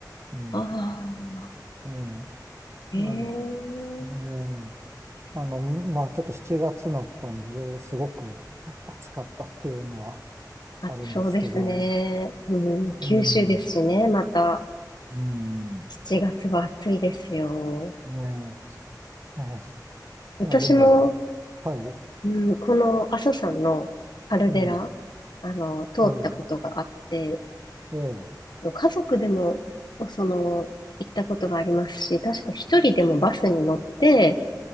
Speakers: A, on the right (about 40°); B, on the left (about 75°).
A: うん。
B: ああ、
A: ええ。
B: ええ
A: なん、ええ。あの、まあちょっと7月になったんで、すごく暑かったっていうのは
B: あ、
A: あるんですけど、
B: そうですね。うん、九州ですしね、
A: うん、う
B: また。
A: ん、ね
B: 7月は暑いですよ。
A: え、ね
B: 私も、
A: え、いやでも、はい、
B: うん、この阿蘇山のカルデラ、
A: うん、
B: あの、通ったことがあって、
A: はい、ええ、
B: 家族でも、その、行ったことがありますし、確か一人でもバスに乗って、